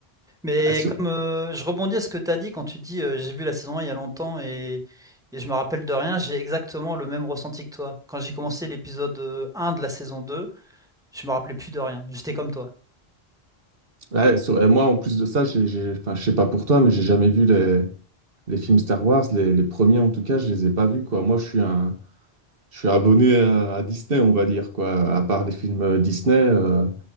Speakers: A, in the centre; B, on the right.
A: Mais
B: bah, sur-
A: comme euh, je rebondis à ce que tu as dit quand tu dis euh, j'ai vu la saison 1 il y a longtemps et, et je me rappelle de rien, j'ai exactement le même ressenti que toi. Quand j'ai commencé l'épisode euh, 1 de la saison 2, je me rappelais plus de rien. J'étais comme toi.
B: ouais, sur- et moi, en plus de ça, j'ai, j'ai- enfin, je sais pas pour toi, mais j'ai jamais vu les, les films Star Wars. Les, les premiers, en tout cas, je les ai pas vus, quoi. Moi, je suis un, Je suis abonné à, à Disney, on va dire, quoi. À part les films euh, Disney, euh,